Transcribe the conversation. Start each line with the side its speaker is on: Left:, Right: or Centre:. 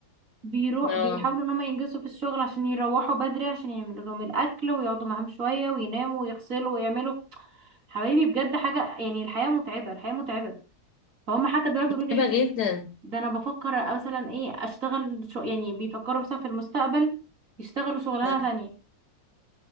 Right: بيروح
Left: اه
Right: بيحاولوا ان هم ينجزوا في الشغل عشان يروحوا بدري عشان يعملوا لهم الاكل ويقعدوا معاهم شويه ويناموا ويغسلوا ويعملوا حبايبي بجد حاجه يعني الحياه متعبه الحياه متعبه فهم حتى بيقعدوا يقولوا
Left: صعبة
Right: لي ايه
Left: جدا
Right: ده انا بفكر مثلا ايه اشتغل شو يعني بيفكروا مثلا في المستقبل يشتغلوا شغلانه
Left: ده
Right: تانية